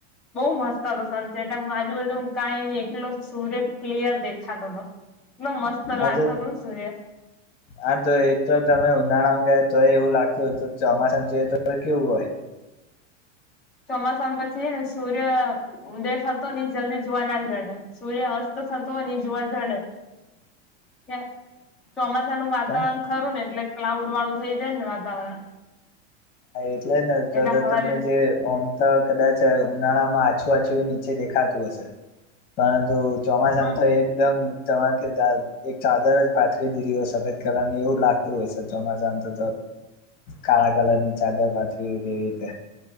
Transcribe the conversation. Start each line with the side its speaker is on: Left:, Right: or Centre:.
Centre: બહુ મસ્ત હતો સનસેટ એમ આજુબજુ હું કાઈ નહી એ એકટલો સૂર્ય ક્લિયર દેખાતો એટલો મસ્ત
Left: હા
Centre: લાગતો
Left: તો
Centre: હતો સૂર્ય
Left: હા તો એ તો તમે ઉનાળામાં ગયા તોય એવું લાગતું હત તો ચોમાસામાં જોઈએ તો કેવું હોય
Centre: ચોમાસામાં પછી હેને સૂર્ય ઉદય થતો ને જલ્દી જોવા ના જડે સૂર્ય અસ્ત થતો હોય ને એ જોવા જળે ત્યા ચોમાસાનું વાતાવરણ
Left: કેમ
Centre: ખરું ને એટલે ક્લાઉડ વાળું થઇ જાય ને વાતાવરણ
Left: હા એટલે જ ને તો
Centre: એટલે
Left: તો
Centre: હવારે
Left: તમને જે ઓમ ત કદાચ ઉનાળામાં આછું આછું એ નીચે દેખાતું હશે પરંતુ ચોમાસા
Centre: હમ
Left: તો એકદમ તમારે કે એક ચાદર જ પાથરી દીધી હોય સફેદ કલરની એવું લાગતું હોય છે ચોમાસામાં તો
Centre: હ
Left: કાળા કલર નની રાત્ર ગ એધ